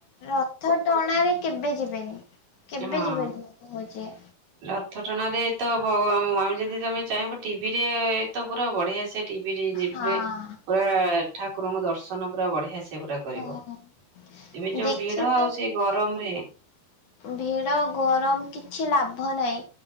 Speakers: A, on the left; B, on the right.
A: ରଥ ଟଣାରେ କେବେ ଯିବେନି କେବେ
B: ହଁ।
A: ଯିବେନି। ଯେ।
B: ରଥ ଟଣାରେ ତ ହ ୱାନ ଆମେ ଯଦି ତମେ ଚାହିଁବ ଟିଭି ରେ ଏ ତ ପୁରା ବଢିଆ ସେ ଟିଭିରିରେ
A: ହଁ
B: ପ ଠା ଠାକୁରଙ୍କୁ ଦର୍ଶନ ପୁରା ବଢିଆସେ ପୁରା କରିବ
A: ହଁ
B: ଏମତି ଯୋଉ
A: ଦେଖିବା
B: ଭିଡ ଆଉ ସେଇ ଗରମରେ
A: ଭିଡ ଗରମ କିଛି ଲାଭ ନାହିଁ।